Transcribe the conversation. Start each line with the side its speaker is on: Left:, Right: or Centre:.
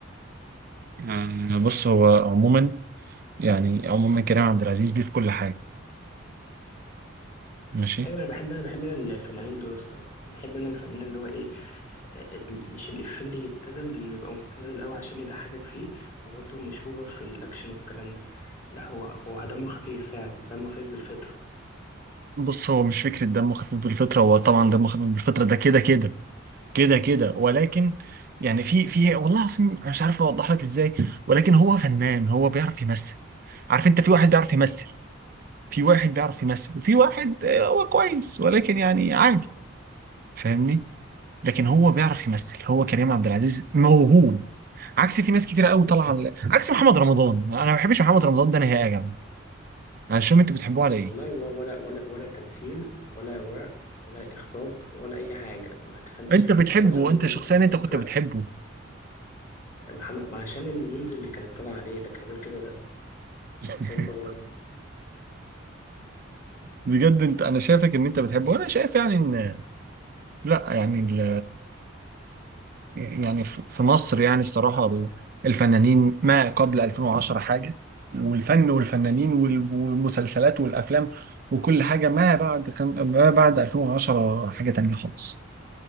Right: آه، بص هو عموما يعني عموما كريم عبد العزيز ليه في كل حاجة ماشي
Left: ايوه انا بحب انا بحب انا الفنانين دول الصراحه بحب انا الفنان اللي هو ايه ال- مش الإفيه اللي يبتذل اللي بيبقى مبتذل قوي عشان يضحكك فيه وبرده مش اوفر في الاكشن والكلام ده لا هو هو دمه خفيف فعلا دمه خفيف بالفطره
Right: بص هو مش فكرة دمه خفيف بالفطرة هو طبعا دمه خفيف بالفطرة ده كده كده كده كده ولكن يعني في في والله العظيم انا مش عارف اوضح لك ازاي ولكن هو فنان هو بيعرف يمثل عارف انت في واحد بيعرف يمثل في واحد بيعرف يمثل وفي واحد آه، هو كويس ولكن يعني عادي فاهمني لكن هو بيعرف يمثل هو كريم عبد العزيز موهوب عكس في ناس كتير قوي طالعه على- عكس محمد رمضان انا ما بحبش محمد رمضان ده نهائي يا جماعه انا مش فاهم انتوا بتحبوه على ايه
Left: والله هو ولا ولا ولا تمثيل ولا ورق ولا اخراج ولا اي حاجه ما تفهمش
Right: انت
Left: في ايه
Right: بتحبه
Left: يعني مثلا ممكن
Right: انت شخصيا
Left: اخراج
Right: انت كنت بتحبه
Left: محمد عشان الميمز اللي كانت طالعه عليه لكن غير كده لا
Right: <laughs>
Left: بمبر
Right: بجد انت انا شايفك ان انت بتحبه وانا شايف يعني ان لا يعني ال... يعني في في مصر يعني الصراحه ال- الفنانين ما قبل 2010 حاجه والفن والفنانين وال- والمسلسلات والافلام وكل حاجه ما بعد خم... ما بعد 2010 حاجه تانية خالص